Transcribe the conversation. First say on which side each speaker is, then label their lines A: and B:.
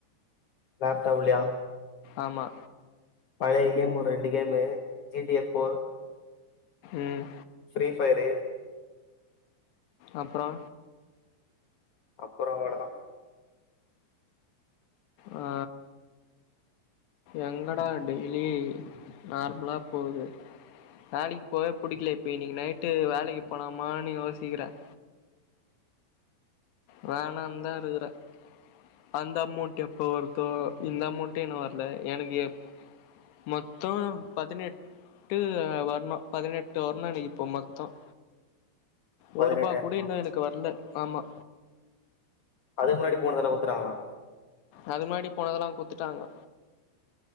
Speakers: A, on the left; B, on the left.
A: லாப்டாப் லயா
B: ஆமா
A: பழைய கேம் ஒரு ரெண்டு கேமு ஜிடி ஏப் போர்
B: ம்
A: ஃப்ரீ ஃபயரு
B: அப்றோ
A: அப்றோ அவ்ளோ தா
B: ஆ எங்கடா டெய்லி நார்மலா போகுது வேலைக்கு போவே புடிக்கல இப்ப இன்னைக்கு நைட்டு வேலைக்கு போலாமான்னு யோசிக்கிறேன் வேணாணு தான் இருக்கறேன் அந்த அமௌண்ட் எப்ப வருதோ இந்த அமௌண்டே இன்னும் வரல எனக்கு எப் மொத்தம் பதினெட்டு வரணும் பதினெட்டு வரணும் எனக்கு இப்போ மொத்தம் ஒரு
A: பதினெட்டாயிரமா
B: ரூபா கூட இன்னும் எனக்கு வரல ஆமா
A: அதுக்கு முன்னாடி போனது எல்லா குடுத்துடாங்களா
B: அது முன்னாடி போனதெல்லாம் குடுத்துட்டாங்க